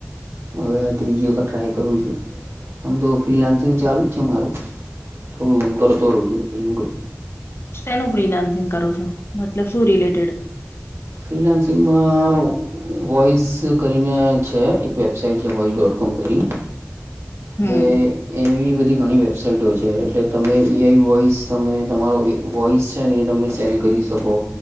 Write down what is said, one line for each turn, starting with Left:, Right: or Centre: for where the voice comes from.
Right: હવે આ ત્રીજી વખત ટ્રાય કરું છું. આમ તો ફ્રીલાન્સિંગ ચાલુ જ છે મારું. થોડું ઘોડું કરતો રહું છું કઈનું કઈ.
Left: શેનું ફ્રીલાન્સિંગ કરો છો? મતલબ શું રિલેટેડ
Right: ફ્રીલાન્સીંગમાં આવુ વોઇઝ કરીને છે એક વેબસાાઈટ જે વોઇ ડોટ કોમ કરીન.
Left: હમ
Right: હવે એવી બધી ઘણી વેબસાઇટો છે એટલે તમે એઆઈ વોઇસ તમે તમારો વોઈસ છે ને એ તમે સેલ કરી શકો.